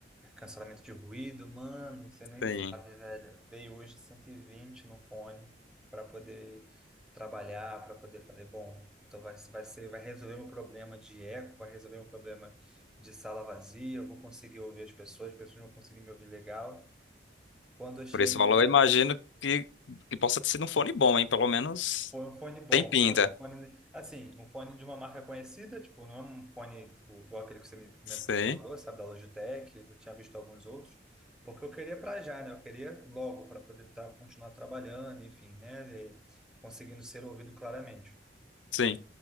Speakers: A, in the centre; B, on the left.
A: cancelamento de ruído. Mano, você nem
B: Sim.
A: sabe, velho. Dei hoje 120 no fone para poder trabalhar, para poder fazer, bom, então vai, vai ser, vai resolver meu problema de eco, vai resolver meu problema de sala vazia, eu vou conseguir ouvir as pessoas, as pessoas vão conseguir me ouvir legal. Quando eu chego
B: Por esse
A: em
B: valor,
A: casa.
B: eu imagino que, que possa ter sido um fone bom, hein? Pelo menos
A: Foi um fone bom,
B: tem pinta.
A: um fone, um fone- assim, um fone de uma marca conhecida, tipo, não é um fone tipo, igual aquele que você me, me-
B: Sim,
A: me falou, sabe, da Logitech, eu tinha visto alguns outros, porque eu queria para já, né? Eu queria logo para poder tá, continuar trabalhando, enfim, né? e conseguindo ser ouvido claramente.
B: sim.